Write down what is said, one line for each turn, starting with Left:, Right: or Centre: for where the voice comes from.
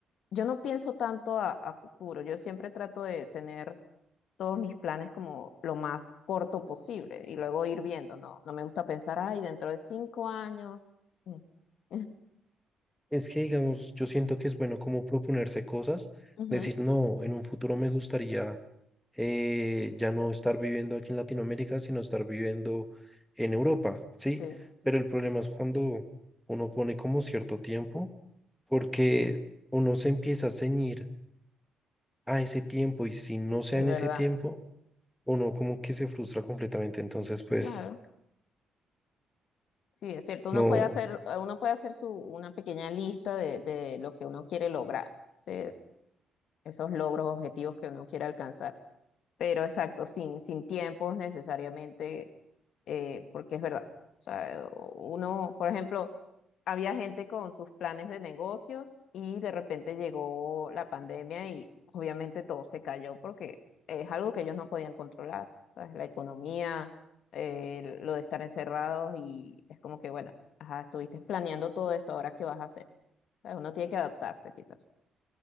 Left: yo no pienso tanto a, a futuro. Yo siempre trato de tener todos mis planes como lo más corto posible y luego ir viendo, ¿no? No me gusta pensar, ay, dentro de cinco años. Mm. <laughs>
Centre: es que, digamos, yo siento que es bueno como proponerse cosas,
Left: Ujú,
Centre: decir, no, en un futuro me gustaría eh, ya no estar viviendo aquí en Latinoamérica, sino estar viviendo en Europa, ¿sí?
Left: Sí,
Centre: Pero el problema es cuando uno pone como cierto tiempo, porque uno se empieza a ceñir a ese tiempo y si no sea
Left: es
Centre: en
Left: verdad.
Centre: ese tiempo, uno como que se frustra completamente. Entonces, pues,
Left: Claro. Sí, es cierto. Uno
Centre: no,
Left: puede hacer, eh, uno puede hacer su, una pequeña lista de, de lo que uno quiere lograr, ¿sí? Esos logros, objetivos que uno quiere alcanzar. Pero exacto, sin, sin tiempos necesariamente, eh, porque es verdad. O sea, uno, por ejemplo, había gente con sus planes de negocios y de repente llegó la pandemia y obviamente todo se cayó porque es algo que ellos no podían controlar, ¿sabes? La economía, eh, lo de estar encerrados y es como que, bueno, ajá, estuviste planeando todo esto, ahora qué vas a hacer. ¿Sabes? Uno tiene que adaptarse quizás.